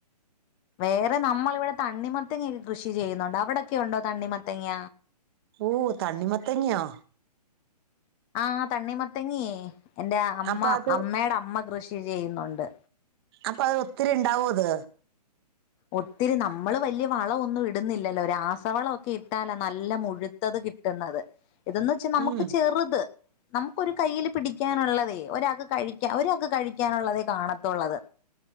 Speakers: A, on the left (about 25°); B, on the right (about 35°).
A: വേറെ നമ്മൾ ഇവിടെ തണ്ണിമത്തങ്ങക്കെ കൃഷി ചെയ്യുന്നുണ്ട് അവിടെക്കെ ഉണ്ടോ തണ്ണിമത്തങ്ങ
B: ഓ തണ്ണിമത്തങ്ങയൊ
A: ആഹ് തണ്ണിമത്തങ്ങേ എന്റെ അമ്മ
B: അപ്പൊ അത്
A: അമ്മേട അമ്മ കൃഷി ഷി ചെയ്യുന്നുണ്ട്
B: അപ്പൊ അത് ഒത്തിരി ഉണ്ടാവോ അത്
A: ഒത്തിരി നമ്മള് വല്യ വളവൊന്നും ഇടുന്നില്ലല്ലോ രാസവളൊക്കെ ഇട്ടാല നല്ല മുഴുത്തത് കിട്ടുന്നത് ഇതെന്ന് വെച്ചാ നമുക്ക്
B: ഉം
A: ചെറുത് നമുക്ക് ഒരു കൈയില് പിടിക്കാൻ ഒള്ളതെ ഒരാക്ക് കഴിക്ക ഒരാക്ക് കഴിക്കാനൊള്ളതേ കാണാത്തൊള്ളത്